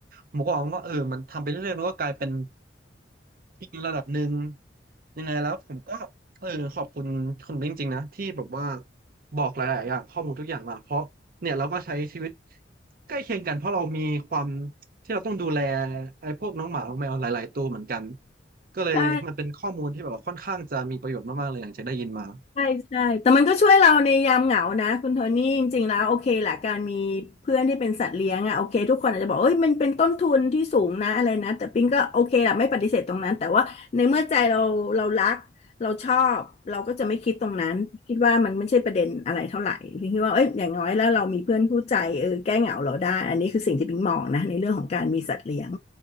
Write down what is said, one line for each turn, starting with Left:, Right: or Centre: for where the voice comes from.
Right: ผมก็มองว่าเออมันทำไปเรื่อยๆมันก็กลายเป็นที่ระดับหนึ่งยังไงแล้วผมก็เออขอบคุณคุณจริงๆนะที่แบบว่าบอกหลายๆอย่างข้อมูลทุกอย่างมาเพราะเนี่ยเราก็ใช้ชีวิตใกล้เคียงกันเพราะเรามีความที่เราต้องดูแลไอ้พวกน้องหมาน้องแมวหลายๆตัวเหมือนกัน ก็เลยมันเป็นข้อมูลที่แบบว่าค่อนข้างจะมีประโยชน์มากๆเลยอย่างที่ได้ยินมา
Left: ใช่ใช่ใช่ แต่มันก็ช่วยเราในยามเหงานะคุณโทนี่จริงๆแล้วโอเคแหละการมีเพื่อนที่เป็นสัตว์เลี้ยงอะโอเคทุกคนอาจจะบอกเอ้ยมันเป็นต้นทุนที่สูงนะอะไรนะแต่ปิงก็โอเคแหละไม่ปฏิเสธตรงนั้นแต่ว่าในเมื่อใจเราเรารักเราชอบเราก็จะไม่คิดตรงนั้นคิดว่ามันไม่ใช่ประเด็นอะไรเท่าไหร่ปิงคิดว่าเอ้ยอย่างน้อยแล้วเรามีเพื่อนคู่ใจเออแก้เหงาเราได้อันนี้คือสิ่งที่ปิงมองนะในเรื่องของการมีสัตว์เลี้ยง